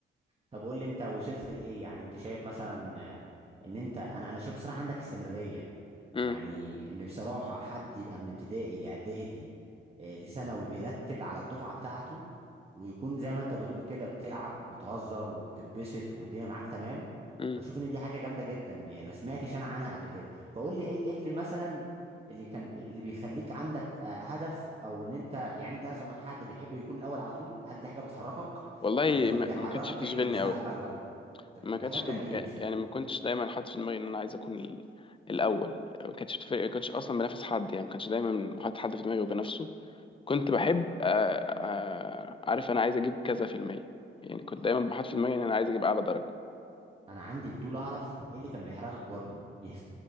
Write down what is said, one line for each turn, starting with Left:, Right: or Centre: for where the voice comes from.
Right: طب قول لي انت وصلت لايه يعني انت شايف مثلا آه، ان انت انا انا شايف بصراحه عندك استمراريه
Left: امم
Right: يعني ان بصراحه حد يبقى من ابتدائي لاعدادي آه، لثانوي بيرتب على الدفعه بتاعته ويكون زي ما انت بتقول كده بتلعب وبتهزر وبتبسط والدنيا معاك تمام
Left: امم
Right: بشوف ان دي حاجه جامده جدا يعني ما سمعتش انا عنها قبل كده فقول لي ايه ال- ايه اللي مثلا اللي كان اللي بيخليك عندك آه، هدف او ان انت يعني انت اصلا حد بيحب يكون الاول على طول هل دي حاجه بتحركك
Left: والله
Right: ولا كان
Left: ما
Right: بيحركك
Left: ما كانتش بتشغلني
Right: المستقبل
Left: قوي
Right: ولا طب
Left: ما
Right: ايه
Left: كانتش
Right: بيحركك
Left: تب...
Right: كان ايه مش فاهم
Left: يعني ما كنتش دايما حاطط في دماغي ان انا عايز اكون ال- الاول ما كانتش بتفرق ما كنتش اصلا بنافس حد يعني ما كانش دايما حاطط حد في دماغي وبنافسه كنت بحب آه، آه، عارف انا عايز اجيب كذا في المية يعني كنت دايما بحط في دماغي ان انا عايز اجيب اعلى درجة
Right: انا عندي فضول اعرف ايه اللي كان بيحركك برضو <laughs> يعني